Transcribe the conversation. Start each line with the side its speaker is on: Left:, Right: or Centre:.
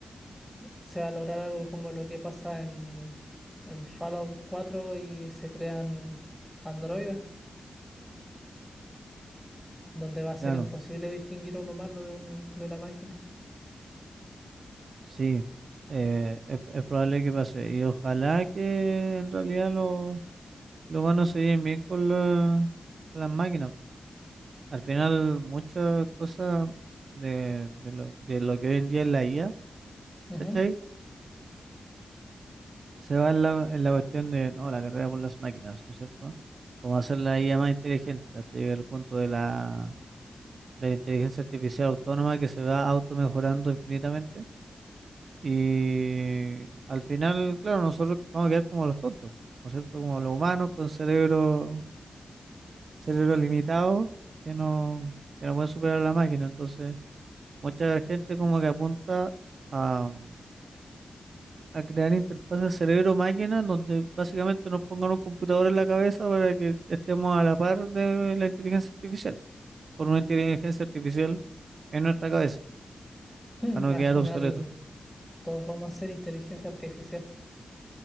Centre: se va a lograr algo como lo que pasa en, en Fallout cuatro y se crean androides, donde va a ser
Right: claro,
Centre: imposible distinguir un humano de, un- de una máquina.
Right: sí, eh, es, es probable que pase. Y ojalá que en realidad los los humanos se lleven bien con la- las máquinas. Al final, muchas cosas de, de lo, de lo que hoy en día es la IA,
Centre: Ujú.
Right: ¿cachai?
Centre: <laughs>
Right: Se va en la, en la cuestión de, no, la carrera por las máquinas, ¿no es cierto? Como hacer la IA más inteligente, hasta llegar al punto de la, de la inteligencia artificial autónoma que se va automejorando infinitamente. Y al final, claro, nosotros vamos a quedar como los tontos, ¿no es cierto? Como los humanos con cerebro, cerebro limitado que no, que no pueden superar a la máquina. Entonces... Mucha gente como que apunta a, a crear interfaces cerebro-máquina donde básicamente nos pongan un computador en la cabeza para que estemos a la par de la inteligencia artificial, por una inteligencia artificial en nuestra cabeza,
Centre: Mm,
Right: para no
Centre: Al
Right: quedar
Centre: final,
Right: obsoleto.
Centre: todos vamos a ser inteligencia artificial.